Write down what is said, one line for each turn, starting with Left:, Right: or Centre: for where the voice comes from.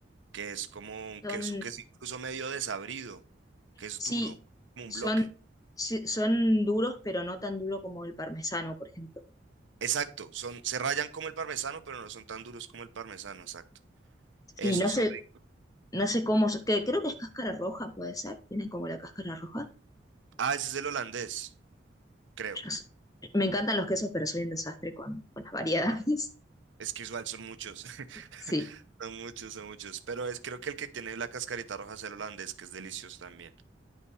Right: que es como un
Left: son,
Right: queso que es incluso medio desabrido, que es
Left: sí,
Right: duro, como un
Left: son,
Right: bloque.
Left: sí, son duros, pero no tan duro como el parmesano, por ejemplo.
Right: Exacto, son, se rayan como el parmesano, pero no son tan duros como el parmesano, exacto. Esos
Left: Sí, no sé,
Right: son ricos.
Left: no sé cómo, se- que creo que es cáscara roja, puede ser, tienen como la cáscara roja.
Right: Ah, ese es el holandés, creo.
Left: Yo s- me encantan los quesos, pero soy un desastre con, con las variedades. <laughs>
Right: Es que igual son muchos. <laughs>
Left: Sí,
Right: Son muchos, son muchos. Pero es creo que el que tiene la cascarita roja es el holandés, que es delicioso también.